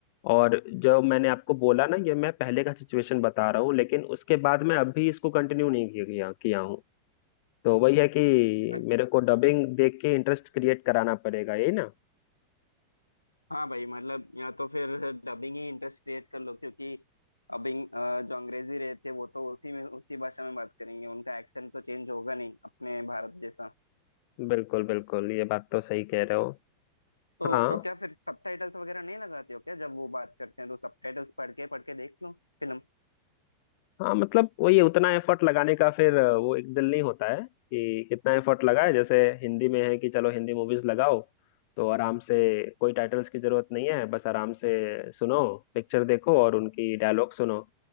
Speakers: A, on the left; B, on the left.
A: और जो मैंने आपको बोला ना ये मैं पहले का सिचुएशन बता रहा हूँ लेकिन उसके बाद मैं अभी इसको कंटिन्यू नहीं किया किया हूँ तो वही है कि
B: अ-
A: मेरे को डबिंग देख के इंटरेस्ट क्रिएट कराना पड़ेगा यही ना
B: हाँ भाई मतलब या तो फिर डबिंग ही इंटरेस्ट क्रिएट कर लो क्योंकि अबिंग अ, जो अंग्रेजी रहते वो तो उसी में उसी भाषा में बात करेंगे उनका एक्सेंट तो चेंज होगा नहीं अपने भारत जैसा
A: बिल्कुल बिल्कुल ये बात तो सही कह रहे हो
B: तो
A: हाँ
B: तो क्या फिर सबटाइटल्स वगैरह नहीं लगाते हो क्या जब वो बात करते हैं तो सबटाइटल्स पढ़ के पढ़ के देख लो फिल्म
A: हाँ मतलब वही उतना एफर्ट लगाने का फिर अ, वो एक दिल नहीं होता है कि कितना एफर्ट लगाए जैसे हिंदी में है कि चलो हिंदी मूवीज लगाओ तो आराम से कोई टाइटल्स की जरूरत नहीं है बस आराम से सुनो पिक्चर देखो और उनकी डायलॉग सुनो